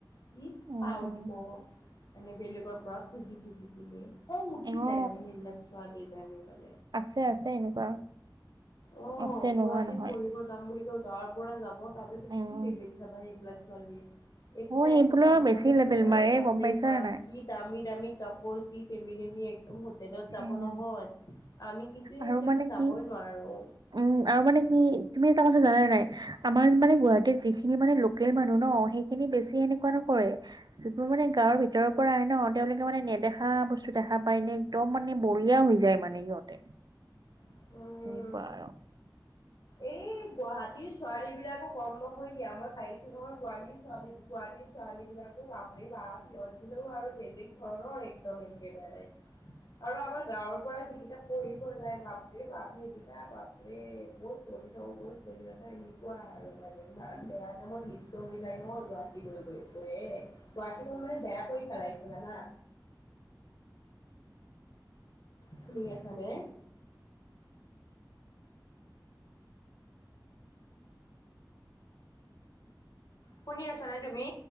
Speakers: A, on the left; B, on the right.
A: কি
B: উম
A: তাৱ
B: উম
A: দিব মানে বেলেগৰ পৰা খুজি খুজি পিনে খ‍ং
B: এও
A: উঠি‌ যায় সেইবিলাক ছোৱালী কাৰণে মানে
B: আছে আছে এনেকুৱা।
A: অ
B: আছে নোহোৱা
A: গুৱাহাটীত
B: নহয়
A: পঢ়িব যাম বুলি কয় গাঁৱৰ পৰা যাব তাৰপিছত
B: উম।
A: কি লেবেজ চাবা সেইবিলাক ছোৱালী, একোটা
B: অ', সেইবোৰৰ
A: একোটাৰ হাততে
B: বেছি
A: একেবাৰে
B: লেবেল মাৰে
A: বাপৰে
B: গম পাইছা
A: বাপ
B: নে নাই?
A: কি দামি দামি কাপোৰ চি ধেমি ধেমি একদম হোট টেলত যাব
B: উম,
A: নহয়, আমি কিন্তু এইবিলাকত
B: আৰু মানে
A: যাবই
B: কি
A: নোৱাৰো।
B: উম আৰু মানে কি তুমি এটা কথা জানা নাই? আমাৰ মানে গুৱাহাটীৰ যি খিনি মানে লোকেল মানুহ ন সেইখিনি বেছি সেনেকুৱা নকৰে। যোনবোৰ মানে গাঁৱৰ ভিতৰৰ পৰা আহে ন তেওঁলোকে মানে নেদেখা বস্তু দেখা পায় নে একদম মানে বলিয়া হৈ যায় মানে ইহঁতে।
A: উম
B: কোৱা আৰু
A: এই গুৱাহাটীৰ ছোৱালী বিলাকো কম নহয় দিয়া মই পাইছো নহয় গুৱালি ছোৱালী গুৱাহাটীৰ ছোৱালী বিলাকো বাপৰে বাপ মই কিন্তু আৰু বেলেগ ঘৰৰ একদম একেবাৰে। আৰু আমাৰ গাঁৱৰ পৰা যিকেইটা পঢ়িব যায় বাপৰে বাপ সেইকেইটা বাপৰে বহুত পঢ়ি থাকো বহুত পঢ়ি এনেকুৱা আৰু মানে ইমান বেয়া টাইমত লিপ্ত হৈ যায় ন গুৱাহা টী গৈ গৈ গৈ এ গুৱাহাটীখন মানে বেয়া কৰি পেলাইছে জানা? শুনি আছা নে? শুনি আছা নে তুমি?